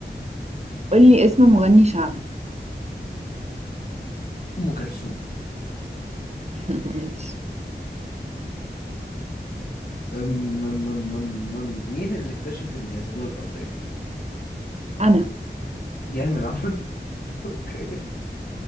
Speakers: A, on the right; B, on the left.
A: قولي اسم مغني شعبي
B: أم كلثوم
A: <laughs> ماشي
B: أم... أم... أم... أم... أم... مين اللي اكتشف الجاذبية الأرضية؟
A: أنا
B: جامد عامة <laughs> أوكي